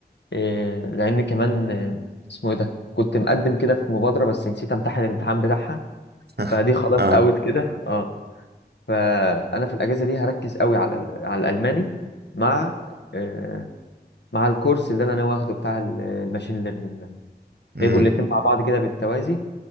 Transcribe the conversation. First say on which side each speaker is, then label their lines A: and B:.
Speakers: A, on the left (about 80°); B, on the right (about 65°).
A: إيه، لان كمان إيه، اسمه ايه ده كنت مقدم كده في مبادره بس نسيت امتحن الامتحان بتاعها
B: <laughs>
A: فدي خلاص
B: اه
A: اوت كده اه فانا في الاجازه دي هركز قوي على ال- على الالماني مع إيه، مع الكورس اللي انا ناوي اخده بتاع ال- الماشين ليرنينج ده
B: م-
A: هيبقوا الاتنين
B: م.
A: مع بعض كده بالتوازي